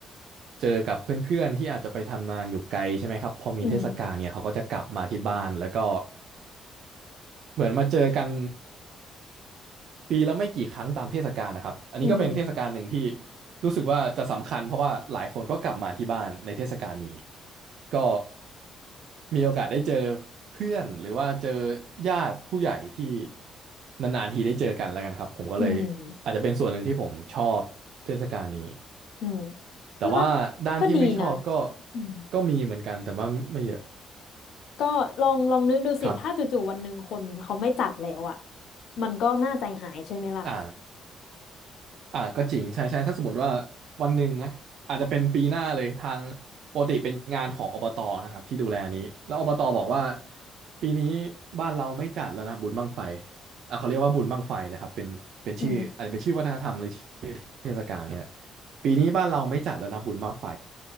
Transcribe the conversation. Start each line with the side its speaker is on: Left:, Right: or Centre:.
Right: เจอกับเพื่อนๆที่อาจจะไปทำงานอยู่ไกลใช่ไหมครับพอมีเทศกาลเนี่ยเขาก็จะกลับมาที่บ้านแล้วก็
Left: อืม
Right: เหมือนมาเจอกัน ปีละไม่กี่ครั้งตามเทศกาลนะครับ อันนี้ก็เป็นเทศกาลหนึ่งที่
Left: อืม
Right: รู้สึกว่าจะสำคัญเพราะว่าหลายคนก็กลับมาที่บ้านในเทศกาลนี้ก็มีโอกาสได้เจอเพื่อนหรือว่าเจอญาติผู้ใหญ่ที่นานๆทีได้เจอกันแล้วกันครับผมก็เลย
Left: อืม
Right: อาจจะเป็นส่วนหนึ่งที่ผมชอบเทศกาลนี้
Left: อืม
Right: แต่ว่าด้านที่ไม่ชอบก็
Left: พี่ว่าก็ดีนะอืม
Right: ก็มีเหมือนกันแต่ว่าไม่เยอะ
Left: ก็ลองลองนึกดูสิถ้าจู่ๆวันหนึ่งคนเขาไม่จัดแล้วอ่ะ
Right: ครับ
Left: มันก็น่าใจหายใช่ไหมล่ะ
Right: อ่า อ่าก็จริงใช่ใช่ถ้าสมมติว่าวันหนึ่งนะอาจจะเป็นปีหน้าเลยทางปกติเป็นงานของอบตนะครับที่ดูแลนี้แล้วอบตบอกว่าปีนี้บ้านเราไม่จัดแล้วนะบุญบั้งไฟอ่ะเขาเรียกว่าบุญบั้งไฟนะครับเป็นเป็นชื่ออาจจะเป็นชื่อวัฒนธรรมหรือชื่อเทศกาลเนี่ย
Left: อืม
Right: ปีนี้บ้านเราไม่จัดแล้วนะบุญบั้งไฟ